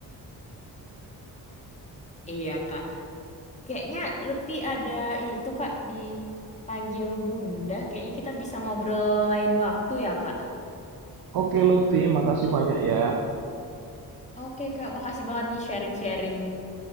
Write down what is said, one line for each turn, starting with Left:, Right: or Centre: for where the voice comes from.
Left: iya, Kak. Kayaknya Lutfi ada itu Kak dipanggil Bunda. Kayaknya kita bisa ngobrol lain waktu ya Kak.
Right: oke Lutfi makasih banyak ya
Left: Oke Kak, makasih banget nih sharing-sharing